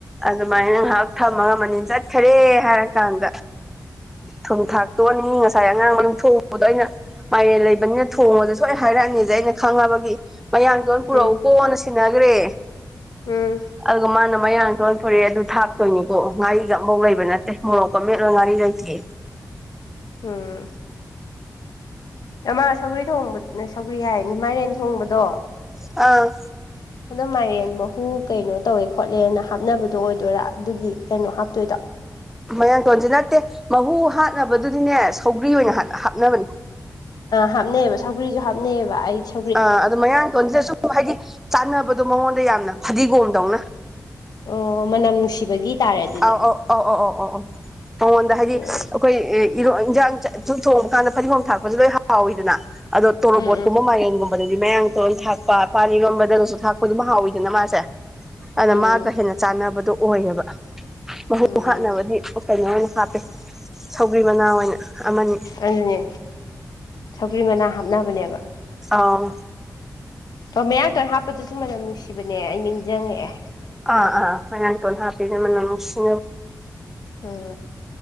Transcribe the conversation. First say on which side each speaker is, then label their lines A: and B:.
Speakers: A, in the centre; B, on the left (about 80°).
A: ꯑꯗꯨꯃꯥꯏꯅ ꯉꯥꯏꯍꯥꯛ ꯊꯝꯃꯒ ꯃꯅꯤꯟ ꯆꯠꯈꯔꯦ ꯍꯥꯏꯔ ꯀꯥꯟꯗ ꯊꯨꯝ ꯊꯥꯛꯇꯣꯛꯑꯅꯤ ꯉꯁꯥꯏ ꯑꯉꯥꯡꯕ ꯌꯨꯡꯊꯣꯛ ꯄꯗꯣ ꯑꯩꯅ ꯃꯥꯏꯔꯦꯟ ꯂꯩꯕꯅꯤꯅ ꯊꯣꯡꯉꯣꯁꯦ ꯁꯣꯏꯅ ꯍꯥꯏꯔꯛꯑꯅꯦꯁꯦ ꯑꯩꯅ ꯈꯪꯉꯕꯒꯤ ꯃꯌꯥꯡꯇꯣꯟ ꯄꯨꯔꯛꯎꯀꯣꯅ
B: ꯎꯝ
A: ꯁꯤꯟꯅꯒ꯭ꯔꯦ
B: ꯎꯝ
A: ꯑꯗꯨꯒ ꯃꯥꯅ ꯃꯌꯥꯡ ꯂꯣꯟ ꯐꯔꯦ ꯑꯗꯨ ꯊꯥꯛꯇꯣꯏꯅꯤꯀꯣ ꯉꯥꯔꯤꯒ ꯑꯝꯕꯧ ꯂꯩꯕ ꯅꯠꯇꯦ ꯃꯣꯔꯣꯛꯀ ꯃꯠ ꯂꯣꯏ ꯉꯥꯔꯤ ꯂꯩꯇ꯭ꯔꯤ ꯑꯩ
B: ꯑꯝ ꯅꯥꯃꯥ ꯁꯧꯒ꯭ꯔꯤ ꯊꯣꯡꯕꯅ <unintelligible> ꯀ꯭ꯔꯤ ꯍꯥꯏꯅꯤ ꯃꯥꯏꯔꯦꯟ ꯊꯣꯡꯕꯗꯣ
A: ꯑꯡ
B: ꯑꯗꯣ ꯃꯥꯏꯔꯦꯟ ꯃꯍꯨ ꯀꯩꯅꯣ ꯇꯧꯋꯦ ꯈꯣꯠꯂꯦꯅ ꯍꯥꯞꯅꯕꯗꯣ ꯑꯣꯏꯗꯣꯏꯔꯥ ꯑꯗꯨꯒꯤ ꯀꯩꯅꯣ ꯍꯥꯞꯇꯣꯏꯗꯣ
A: ꯃꯣꯏꯌꯥꯡꯊꯣꯟꯁꯤ ꯅꯠꯇꯦ ꯃꯍꯨ ꯍꯥꯠꯅꯕꯗꯨꯗꯤꯅꯦ ꯁꯧꯒ꯭ꯔꯤ ꯑꯣꯏꯅ ꯍꯥꯞꯅꯕꯅꯦ
B: ꯍꯥꯞꯅꯩ ꯑꯕ ꯁꯧꯒ꯭ꯔꯤꯁꯨ ꯍꯥꯞꯅꯩ ꯑꯕ ꯑꯩꯁꯨ
A: ꯑꯥ ꯑꯗꯨ ꯃꯌꯥꯡꯇꯣꯟꯁꯤꯗ ꯁꯨꯝ ꯍꯥꯏꯗꯤ ꯆꯥꯟꯅꯕꯗꯣ ꯃꯉꯣꯟꯗ ꯌꯥꯝꯅ ꯐꯗꯤꯒꯣꯝꯗꯧꯅ
B: ꯑꯣ ꯃꯅꯝ ꯅꯨꯡꯁꯤꯕꯒꯤ ꯇꯥꯔꯦ ꯑꯗꯨꯗꯤ
A: ꯑꯥꯎ ꯑꯧ ꯑꯥꯎ ꯑꯧ ꯑꯧ ꯑꯧ ꯑꯧ ꯃꯉꯣꯟꯗ ꯍꯥꯏꯗꯤ
B: ꯎꯝ
A: ꯑꯩꯈꯣꯏ ꯏꯟꯖꯥꯡ ꯁꯨꯝ ꯊꯣꯡꯕ ꯀꯥꯟꯗ ꯐꯗꯤꯒꯣꯝ ꯊꯥꯛꯄꯁꯨ ꯂꯣꯏ ꯍꯥꯎꯋꯤꯗꯅ ꯑꯗꯣ ꯇꯣꯔꯣꯕꯣꯠ
B: ꯎꯝ
A: ꯀꯨꯝꯕ ꯃꯥꯏꯔꯦꯟ ꯒꯨꯝꯕꯗ ꯃꯌꯥꯡꯃꯇꯣꯟ ꯊꯥꯛꯄ ꯄꯥꯟ ꯏꯔꯣꯝꯕꯗꯒꯁꯨ ꯊꯥꯛꯄ ꯗꯨꯝ ꯍꯥꯎꯋꯤꯗꯅ ꯃꯥꯁꯦ ꯑꯗ
B: ꯎꯝ ꯎꯝ
A: ꯃꯥꯒ ꯍꯦꯟꯅ ꯆꯥꯟꯅꯕꯗꯣ ꯑꯣꯏꯌꯦꯕ ꯃꯍꯨ
B: ꯎꯝ ꯎꯝ
A: ꯍꯥꯠꯅꯕꯗꯤ ꯎꯇꯣꯡꯉꯥ ꯑꯣꯏꯅ ꯍꯥꯞꯄꯦ ꯁꯧꯒ꯭ꯔꯤ ꯃꯅꯥ ꯑꯣꯏꯅ ꯑꯃꯅꯤ
B: ꯑꯗꯨꯅꯦ ꯁꯧꯒ꯭ꯔꯤ ꯃꯅꯥ ꯍꯥꯞꯅꯕꯅꯦꯕ
A: ꯑꯧ
B: ꯑꯣ ꯃꯌꯥꯡꯇꯣꯟ ꯍꯥꯞꯄꯗꯨꯁꯨ ꯃꯅꯝ ꯅꯨꯡꯁꯤꯕꯅꯦ ꯑꯩ ꯅꯤꯡꯖꯡꯉꯛꯑꯦ
A: ꯑꯥ ꯑꯥ ꯃꯌꯥꯡꯃꯇꯣꯟ ꯍꯥꯞꯄꯤꯖꯤꯅ ꯃꯅꯝ ꯅꯨꯡꯁꯤ
B: ꯎꯡ